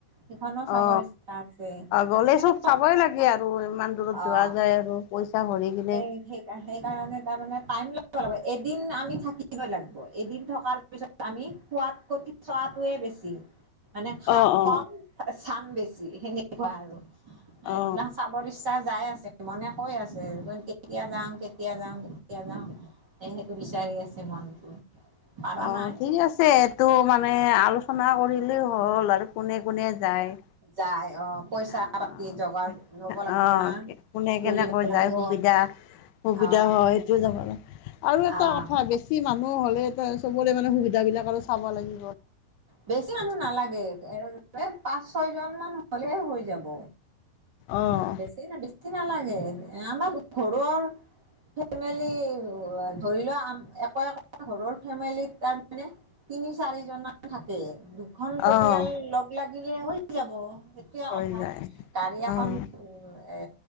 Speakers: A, on the right (about 30°); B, on the left (about 85°).
A: সেইখনো চাব
B: অ অ
A: ইচ্ছা আছে
B: গ'লে
A: এনেকে
B: চব চাবই লাগে আৰু ইমান দূৰত যোৱা
A: অ
B: যায় আৰু পইচা ভৰি কিনে।
A: সেই কাৰণে, সেই কাৰণে, তাৰ মানে পানী <unintelligible> এদিন আমি থাকি। থাকিব লাগিব, এদিন থকাৰ পিছত আমি খোৱাত কটি চোৱাতোৱে বেছি। মানে খাম
B: অ অ
A: কম, চাম বেছি, সেনেকুৱা আৰু। এইবিলাক
B: অ
A: চাবৰ ইচ্ছা। যাই আছে মনে কৈ আছে কেতিয়া যাওঁ কেতিয়া যাওঁ কেতিয়া যাওঁ সেইটো বিচাৰি আছে মনটো। পাৰা
B: অ
A: নাই
B: ঠিক আছেটো মানে আলোচনা কৰিলে হল আৰু কোনে কোনে যায়।
A: যাই অ পইচা
B: আহ
A: পাতি জগাৰ ল'ব
B: আ
A: লাগিব
B: আহ
A: না
B: কোনে
A: তুলিব
B: কেনেকৈ
A: লাগিব
B: যায় সুবিধা। সুবিধা
A: আহ
B: হয়, সেইটো যামালা আৰু এটা
A: আহ
B: কথা বেছি মানুহ হ'লে এ তাৰ পিছত গ'লে মানে সুবিধাাবিলাক আৰু চাব লাগে।
A: বেছি মানুহ নালাগে। এনে পাঁচ, ছয়জন মান। হ'লে হৈ যাব।
B: অঁ
A: বেছি ন বেছি নালাগে। এই আমাৰ ঘৰৰ। ফেমেলি ধৰি লোৱা এক এক ঘৰৰ ফেমেলি তাৰ মানে তিনি, চাৰিজন মান থাকে। দুখন পৰিয়াল
B: অঁ
A: লগ লাগিলে হৈ যাব সেইটোয়ে
B: হৈ
A: কথা
B: যায়
A: গাড়ী এখন
B: অঁ
A: এ